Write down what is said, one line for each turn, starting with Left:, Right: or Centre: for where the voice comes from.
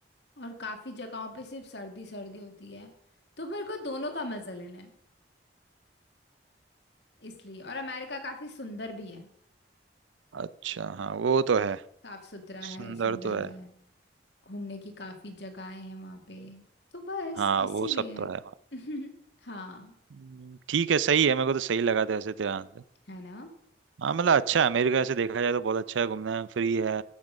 Left: और काफ़ी जगहों पे सिर्फ सर्दी सर्दी होती है तो मेरे को दोनों का मजा लेना है इसलिए और अमेरिका काफी सुंदर भी है
Right: अच्छा हाँ वो तो है
Left: साफ सुथरा है
Right: सुंदर
Left: सुंदर
Right: तो है
Left: है घूमने की काफी जगहें हैं वहाँ पे तो बस
Right: हाँ
Left: इसीलिए
Right: वो सब तो है
Left: <laughs> हाँ
Right: हम्म, ठीक है सही है मेरे को तो सही लगा था वैसे तेरा आंसर
Left: है ना
Right: हाँ मतलब अच्छा है अमेरिका से देखा जाए तो बहुत अच्छा है घूमना है, फ्री है